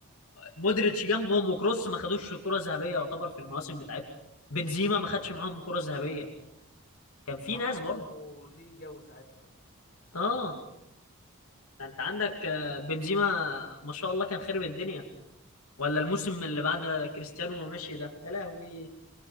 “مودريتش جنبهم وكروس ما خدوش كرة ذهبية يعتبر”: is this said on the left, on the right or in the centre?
Left